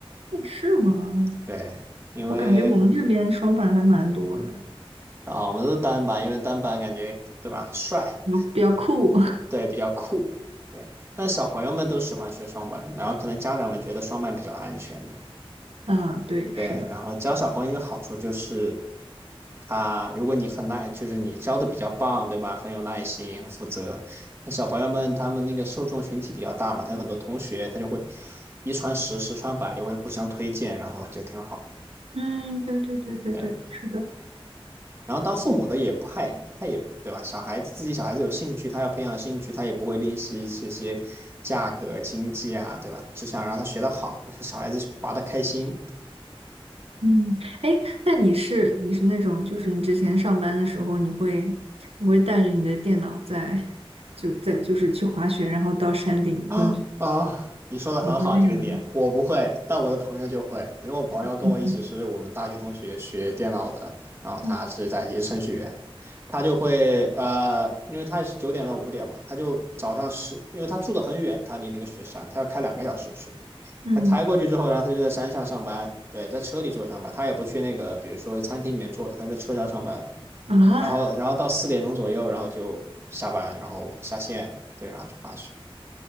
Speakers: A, on the right; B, on the right.
A: 是吗？
B: 对，因为
A: 我感觉我们这边双板还蛮多的，
B: 啊，我们都是单板，因为单板感觉对吧，帅，
A: 比较比较酷。<laughs>
B: 对，比较酷，对。但是小朋友们都喜欢学双板，然后可能家长们觉得双板比较安全吧，
A: 啊，对，
B: 对。
A: 是的，
B: 然后教小朋友一个好处就是，啊，如果你很耐，就是你教的比较棒，对吧？很有耐心，很负责。那小朋友们他们那个受众群体比较大嘛，他有很多同学，他就会一传十，十传百，就会互相推荐，然后就挺好。
A: 嗯，对对对对对，
B: 对。
A: 是的，
B: 然后当父母的也不害，他也对吧？小孩子自己小孩子有兴趣，他要培养兴趣，他也不会吝惜这些价格、经济啊，对吧？只想让他学得好，小孩子玩得开心。
A: 嗯，哎，那你是你是那种，就是你之前上班的时候，你会你会带着你的电脑在就在就是去滑雪，然后到山顶工作，
B: 啊啊！你说的很好，
A: 你会那样吗？
B: 这个点我不会，但我的朋友就会，因为我朋友跟我一起是我们大学同学学电脑的，
A: 嗯
B: 然后他是在也是程序员，
A: 嗯
B: 他就会呃，因为他也是九点到五点嘛，他就早上是因为他住的很远，他离那个雪山，他要开两个小时去，
A: 嗯
B: 他开过去之后，然后他就在山上上班，对，在车里坐着上班，他也不去那个比如说餐厅里面坐着，他在车上上班，
A: 啊，
B: 然后然后到四点钟左右，然后就下班，然后下线，对，然后去滑雪。